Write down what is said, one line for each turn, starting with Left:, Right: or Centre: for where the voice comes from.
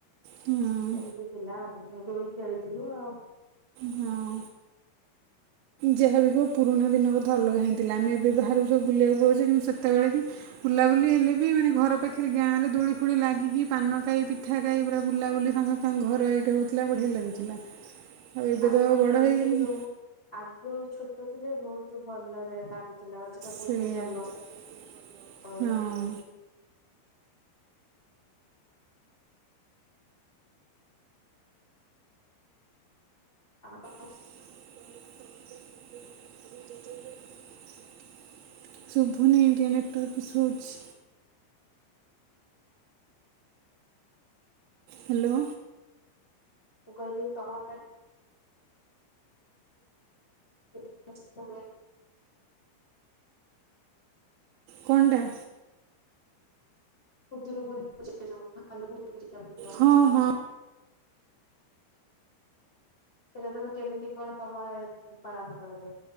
Right: ହଁ
Left: ଏମିତି ଥିଲା ଆଉ ଦୋଳି ଖିଳିଥିଲୁ ଆଉ
Right: ହଁ। ଯାହାବି କୁହ ପୁରୁଣା ଦିନ କଥା ଅଲଗା ହେଇଥିଲା ଆମେ ଏବେ ବାହାରକୁ ସବୁ ବୁଲିବାକୁ ପଳଉଛେ କିନ୍ତୁ ସେତେବେଳେ ବି ବୁଲାବୁଲି ହେଲେ ବି ମାନେ ଘର ପାଖରେ ଗାଁରେ ଦୋଳି ଫୋଳି ଲାଗିକି ପାନ ଖାଇ ପିଠା ଖାଇ ପୁରା ବୁଲାବୁଲି ସମସ୍ତଙ୍କ ଘର ଏଇଠି ହେଉଥିଲା ବଢ଼ିଆ ଲାଗୁଥିଲା। ଆଉ ଏବେ
Left: ଆଗ
Right: ତ ବଡ଼
Left: ଭଳି
Right: ହେଇଗଲି
Left: ସେ ସବୁ ଆଗରୁ ଛୋଟ ଥିଲେ ବହୁତ ଭଲରେ ଲାଗୁଥିଲା ରଜ ଟା ବହୁତ
Right: ସେଇଆ
Left: ଭଲ
Right: <inaudible>
Left: <unintelligible>
Right: ହଁ
Left: <unintelligible>
Right: <inaudible> ଶୁଭୁନି ଟିକେ ନେଟୱର୍କ ଇସୁ ହଉଛି। ହ୍ୟାଲୋ।
Left: ମୁଁ କହିଲି ତମ <unintelligible>
Right: କଣ୍ଡା
Left: ଖୁଦୁରୁକୁଣି ପୂଜା ଯଉ ଭାଲୁକୁଣି ପୂଜା <unintelligible>
Right: ହଁ, ହଁ।
Left: ସେଟା ତମେ କେମିତି କଣ ତମ ଆଡ଼େ ପାଳନ କରାଯାଏ।